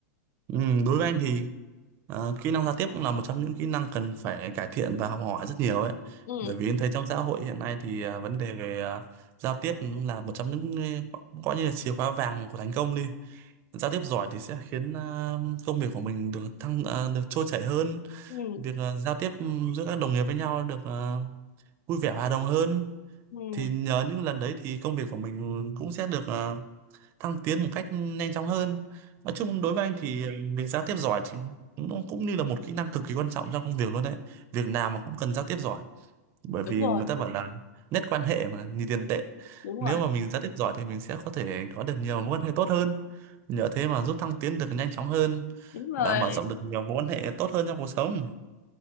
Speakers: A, on the right (about 25°); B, on the left (about 70°).
A: Ừ, đối với anh thì ờ, kỹ năng giao tiếp cũng là một trong những kỹ năng cần phải cải thiện và học hỏi rất nhiều ấy.
B: ừ
A: Bởi vì em thấy trong xã hội hiện nay thì ờ, vấn đề về ờ, giao tiếp cũng là một trong những ờ, coi như là chìa khóa vàng của thành công đi. Giao tiếp giỏi thì sẽ khiến ờ, công việc của mình được thăng ờ, được trôi chảy hơn,
B: ừ
A: việc ờ, giao tiếp giữa các đồng nghiệp với nhau được ờ, vui vẻ hòa đồng hơn.
B: ừ
A: Thì nhờ những lần đấy thì công việc của mình cũng sẽ được ờ, thăng tiến một cách nhanh chóng hơn nói chung đối với anh thì ờ, việc giao tiếp giỏi thì nó cũng như là một kỹ năng cực kỳ quan trọng trong công việc luôn đấy việc nào mà cũng cần giao tiếp giỏi bởi vì
B: đúng rồi
A: người ta bảo là nhất quan hệ mà như tiền tệ
B: đúng
A: nếu
B: rồi đúng rồi
A: mà mình giao tiếp giỏi thì mình sẽ có thể có được nhiều mối quan hệ tốt hơn nhờ thế mà giúp thăng tiến được nhanh chóng hơn
B: đúng rồi
A: và mở rộng được nhiều mối quan hệ tốt hơn trong cuộc sống